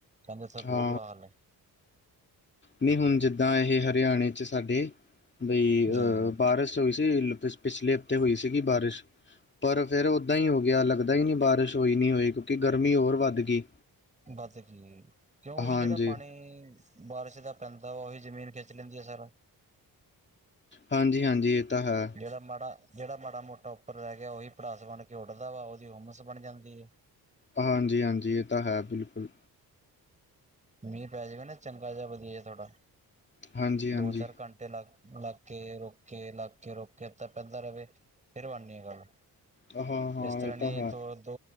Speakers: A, on the right; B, on the left.
A: ਕੈਂਦੇ ਏਥੇ
B: ਹਾਂ
A: ਬੋ ਬੁਰਾ ਹਾਲ ਐ।
B: ਨਈ ਹੁਣ ਜਿੱਦਾਂ ਏਹ ਹਰਿਆਣੇ ਚ ਸਾਡੇ ਬਈ
A: ਜੀ
B: ਅ ਬਾਰਸ਼ ਹੋਈ ਸੀ <unintelligible> ਪਿਛਲੇ ਹਫ਼ਤੇ ਹੋਈ ਸੀਗੀ ਬਾਰਿਸ਼। ਪਰ ਫੇਰ ਓਦਾਂ ਈ ਹੋ ਗਿਆ ਲੱਗਦਾ ਈ ਨੀ ਬਾਰਿਸ਼ ਹੋਈ ਨੀ ਹੋਈ ਕਿਉਂਕੀ ਗਰਮੀ ਹੋਰ ਵੱਧਗੀ।
A: ਵੱਧ ਗੀ ਕਿਉੰ ਓਈ
B: ਹਾਂਜੀ
A: ਜੇੜਾ ਪਾਣੀ ਬਾਰਿਸ਼ ਦਾ ਪੈਂਦਾ ਵਾ ਓਹੀ ਜ਼ਮੀਨ ਖਿੱਚ ਲੈਂਦੀ ਆ ਸਾਰਾ।
B: ਹਾਂਜੀ ਹਾਂਜੀ ਇਹ ਤਾਂ ਹੈ
A: ਜੇੜਾ ਮਾੜਾ ਜੇੜਾ ਮਾੜਾ-ਮੋਟਾ ਉੱਪਰ ਰੈ ਗਿਆ ਓਈ ਪੜਾਸ ਬਣ ਕੇ ਉੱਡਦਾ ਵਾ ਓਦੀ ਹੁੰਮਸ ਬਣ ਜਾਂਦੀ ਏ।
B: ਹਾਂਜੀ ਏ ਤਾਂ ਹੈ ਬਿਲਕੁਲ।
A: ਮੀਂਹ ਪੈ ਜਾਵੇ ਨਾ ਚੰਗਾ ਜਾ ਵਧੀਆ ਜਾ ਥੋੜਾ
B: ਹਾਂਜੀ ਹਾਂਜੀ
A: ਦੋ ਚਾਰ ਘੰ ਲ ਲੱਗ ਕੇ ਰੋ ਕੇ ਲੱਗ ਕੇ ਰੋ ਕੇ ਤਾਂ ਪੈਂਦਾ ਰਵੇ ਫਿਰ ਬਨਨੀ ਆ ਗੱਲ।
B: ਹਾਂ ਹਾਂ
A: ਇਸ ਤਰ੍ਹਾਂ
B: ਇਹ
A: ਨੀ
B: ਤਾਂ ਹੈ
A: ਦੋ-ਦੋ